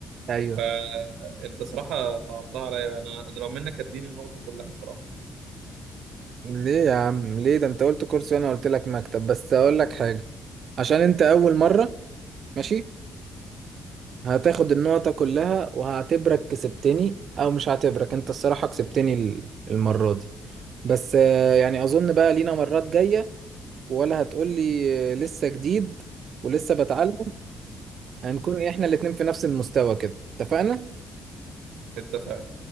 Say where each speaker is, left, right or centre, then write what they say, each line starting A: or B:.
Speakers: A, on the right (about 60°); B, on the right (about 85°).
A: ايوه
B: فانت صراحة صعبتها عليا انا انا لو منك اديني النقطة كلها صراحة
A: ليه يا عم ليه ده انت قلت كرسي وانا قلت لك مكتب بس اقول لك حاجه عشان انت اول مره ماشي هتاخد النقطة كلها وهعتبرك كسبتني أو مش هعتبرك أنت الصراحة كسبتني ال- المرة دي بس آه، يعني أظن بقى لينا مرات جاية ولا هتقولي آه، لسه جديد ولسه بتعلم هنكون إحنا الاتنين في نفس المستوى كده اتفقنا؟
B: اتفقنا